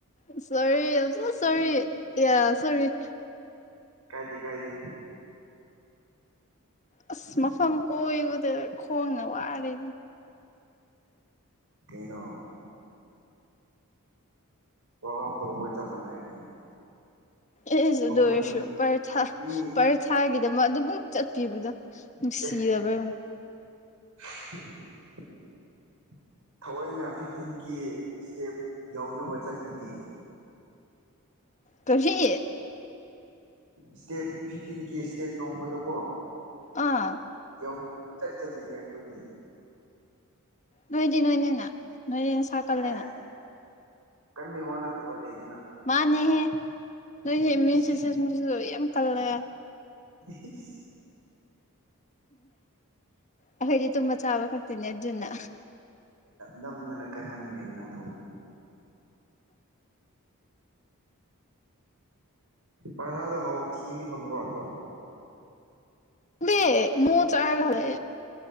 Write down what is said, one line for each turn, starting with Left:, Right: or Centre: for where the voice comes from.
Left: ꯁꯣꯔꯤ
Right: ꯄ꯭ꯂꯤꯁ
Left: ꯁꯣꯔꯤ ꯁꯣꯔꯤ
Right: ꯀꯥꯏꯗꯤ ꯀꯥꯏꯗꯤ
Left: ꯑꯁ ꯃꯐꯝ ꯀꯣꯏꯕꯗ ꯈꯣꯡꯅ ꯋꯥꯔꯦ꯫
Right: ꯀꯩꯅꯣ ꯋꯔꯝ ꯑꯞ ꯇꯧꯕꯒ ꯆ ꯃꯅ ꯀꯩꯅꯣ
Left: ꯑꯦꯁ
Right: ꯅꯣꯡꯃꯒꯤ
Left: ꯑꯗꯨ ꯑꯣꯏꯔꯁꯨ ꯄꯔ
Right: ꯃꯤ
Left: ꯄꯔꯊꯥꯒꯤꯗꯃꯛ ꯑꯗꯨꯝꯛ ꯆꯠꯄꯤꯕꯗꯣ ꯁꯤꯗꯥꯕ
Right: ꯑꯦ <unintelligible> ꯊꯑꯣꯏꯅ ꯐꯤꯐꯇꯤꯟꯀꯤ ꯏꯁꯇꯦꯞ ꯌꯧꯅꯕ ꯆꯠꯂꯤꯅꯤ꯫
Left: ꯀꯁꯤ
Right: ꯏꯁꯇꯦꯞ ꯐꯤꯞꯇꯤꯟ ꯀꯦ ꯏꯁꯇꯦꯞ ꯅꯣꯡꯃꯗꯀꯣ꯫
Left: ꯑꯥ
Right: ꯌꯧ ꯆꯠ ꯆꯠꯂꯤꯉꯦ ꯑꯩꯈꯣꯏꯒꯤ
Left: ꯅꯣꯏꯗꯤ ꯅꯣꯏꯅꯦꯅ ꯅꯣꯏꯅꯦꯅ ꯁꯥꯀꯜꯂꯦꯅ
Right: ꯑꯦ ꯀꯟꯕꯩ ꯋꯥ ꯅꯠꯇꯕ ꯂꯩꯗꯅ
Left: ꯃꯥꯅꯦꯍꯦ ꯅꯣꯏꯗꯤ ꯏꯃꯨꯟꯁꯨꯁꯇꯦꯃꯁꯨ
Right: ꯏꯁ
Left: ꯌꯥꯝ ꯀꯜꯂ꯫
Right: ꯏꯁꯥ
Left: ꯎꯝꯈꯣꯏꯗꯤ ꯇꯨꯝꯕ ꯆꯥꯕ ꯍꯥꯛꯇꯅꯦ ꯑꯗꯨꯅ
Right: ꯅꯝꯅꯔ ꯀ ꯅꯟꯒꯅꯤ ꯅꯪ ꯄ꯭ꯔꯊꯗꯣ ꯍꯥꯎ ꯊꯤꯕꯗꯤ ꯐꯪꯕ꯭ꯔꯣ ꯑꯗꯣ
Left: ꯗ ꯃꯨ ꯆꯥꯒꯔꯦ